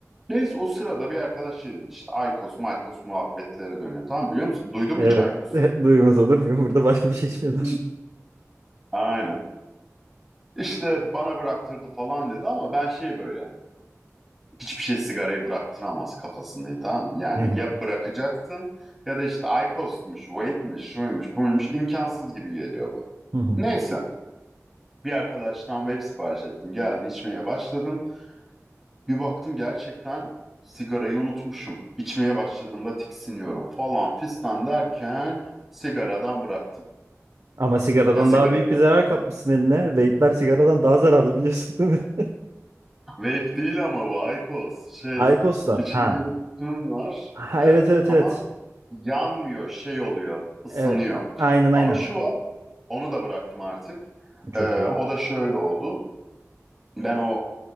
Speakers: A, in the centre; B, on the right.
A: Neyse o sırada bir arkadaş şey dedi işte Aykos, Maykos muhabbetleri dönüyor. Tamam biliyor musun? Duydun
B: Evet.
A: mu hiç Aykos'u?
B: <laughs> Duymaz olur muyum? Burada başka bir şey içmiyorlar.
A: Hı. Aynen. İşte bana bıraktırdı falan dedi ama ben şey böyle hani, hiçbir şey sigarayı bıraktıramaz kafasındayım tamam mı? Yani
B: Hı hı.
A: ya bırakacaksın ya da işte IQOS'muş, vape'miş, şuymuş, buymuş imkansız gibi geliyor bu.
B: Hı hı.
A: Neyse bir arkadaştan vape sipariş ettim. Geldi içmeye başladım. Bir baktım gerçekten sigarayı unutmuşum. İçmeye başladığımda tiksiniyorum falan fistan derken sigaradan bıraktım.
B: Ama sigaradan
A: Ya sigarayı
B: daha büyük
A: bıraktım.
B: bir zarar kapmışsın eline. Vape'ler sigaradan daha zararlı biliyorsun değil mi? <laughs>
A: Vape değil ama bu IQOS şey
B: Aykoslar.
A: içinde
B: Ha.
A: yine tütün var.
B: Ha,
A: Ee,
B: evet evet
A: ama
B: evet.
A: yanmıyor, şey oluyor, ısınıyor.
B: Evet. Aynen
A: Ama
B: aynen.
A: şu var, onu da bıraktım artık.
B: Çok
A: Ee,
B: iyi.
A: o da şöyle oldu. Ben o